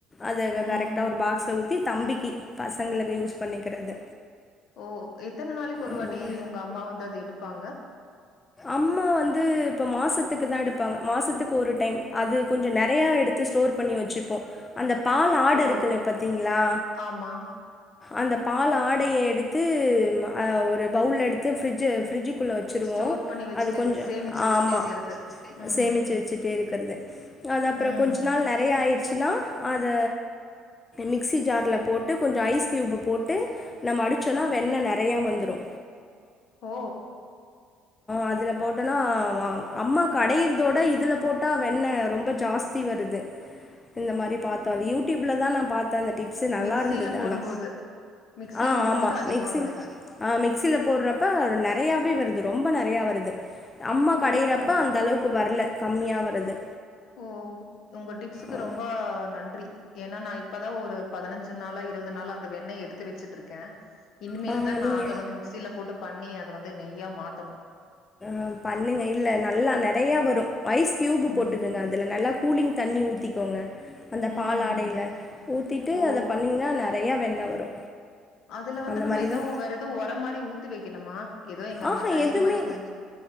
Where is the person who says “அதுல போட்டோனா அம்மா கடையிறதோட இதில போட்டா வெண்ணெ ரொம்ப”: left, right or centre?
Left